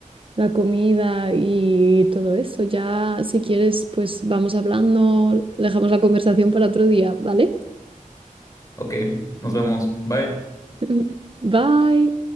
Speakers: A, on the right; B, on the left.
A: la comida y todo eso. Ya, si quieres, pues vamos hablando, dejamos la conversación para otro día, ¿vale?
B: Ok, nos vemos. Bye.
A: <laughs> Bye.